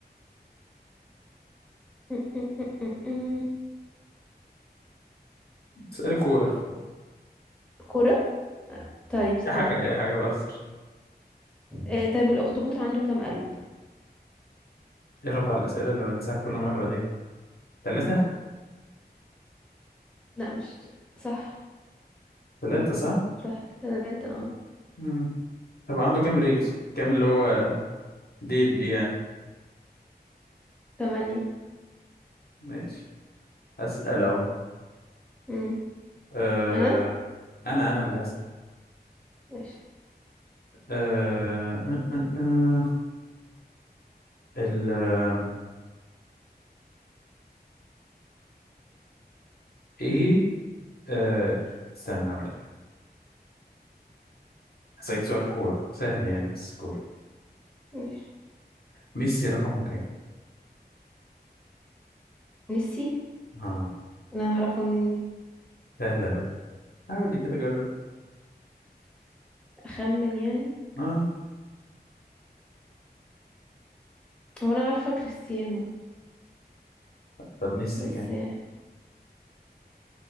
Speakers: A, in the centre; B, on the left.
A: م- م- م- م- م.
B: سألي كورة
A: كرة طيب استنى
B: اي حاجة اي حاجة بهزر
A: آه طيب الأخطبوط عنده كام قلب؟
B: يا رب على الأسئلة اللي بنساها كل مرة دي ثلاثة
A: لا مش صح
B: ثلاثة صح
A: صح تلاتة اه
B: مم. طب عنده كام رجل كام اللي هو ديل دي يعني
A: تمانية
B: ماشي أسأل اهو
A: مم.
B: أه...
A: أنا؟
B: انا انا اللي هسأل
A: ماشي
B: أه... أه... أه... أه. ال آه، ايه أه... استنى هقول لك هسألك سؤال كورة سهل يعني بس كورة
A: ماشي
B: ميسي رقمه كام؟
A: ميسي؟
B: اه
A: أنا هعرفها منين دي؟
B: سهل أوي حاول دي كده جرب
A: أخمن يعني
B: اه
A: هو أنا عارفة كريستيانو
B: طب ميسي
A: بس
B: كام؟
A: آه،